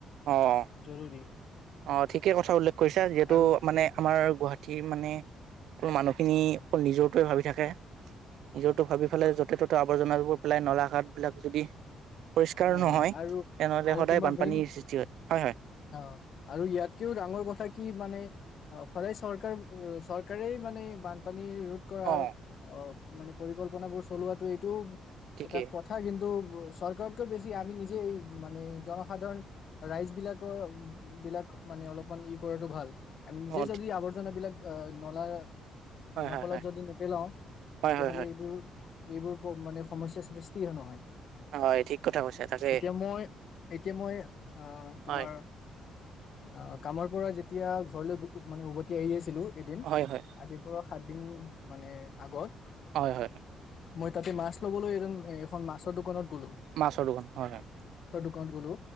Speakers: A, on the right; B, on the left.
A: অ
B: জৰুৰী।
A: অ, ঠিকেই কথা উল্লেখ কৰিছা। যিহেতু
B: আৰু
A: মানে আমাৰ গুৱাহাটী মানে। অকল মানুহখিনি অকল নিজৰটোৱে ভাৱি থাকে, নিজৰটো ভাৱি ফেলাই য'তে ত'তে আৱৰ্জনাবোৰ পেলাই নলা ঘাট বিলাক যদি। পৰিষ্কাৰ
B: অ
A: নহয়
B: আৰু
A: তেনেহলে
B: আৰু
A: সদায়
B: তোমাৰ
A: বানপানীৰ
B: মেইন
A: সৃষ্টিহয়। হয় হয়।
B: অ আৰু ইয়াতকেও ডাঙৰ কথা কি মানে সদায় চৰকাৰ চৰকাৰেই মানে বানপানী ৰ ৰোধ কৰা
A: অ
B: অ মানে পৰিকল্পনাবোৰ চলোৱাতো এইটো
A: ঠিকেই
B: এটা কথা কিন্তু ব চৰকাৰ কৈ বেছি আমি নিজে মানে জনসাধাৰণ ৰাইজ বিলাকৰ বিলাক মানে অলপমান ই কৰাটো ভাল আমি নিজে
A: অ
B: যদি আৱৰ্জানাবিলাক অ ', নলা
A: হয়
B: নকলত
A: হয় হয়
B: যদি নেপেলাও
A: হয়
B: তেতিয়াহলে
A: হয় হয়
B: এইবোৰ এইবোৰ মানে সমস্যাৰ সৃষ্টি নহয়।
A: হয় ঠিক কথা কৈছা তাকে
B: এতিয়া মই এতিয়া মই আহ ', তোমাৰ
A: হয়
B: অ ', কামৰ পৰা যেতিয়া ঘৰলৈ মানে উভতি আহি আছিলো এদিন
A: হয় হয়
B: আজি পৰা সাত দিন মানে আগত
A: হয় হয়
B: মই তাতে মাছ ল'বলৈ এজন এখন মাছৰ দোকানত গ'লো।
A: মাছৰ দোকান হয় -হয়
B: কত গলো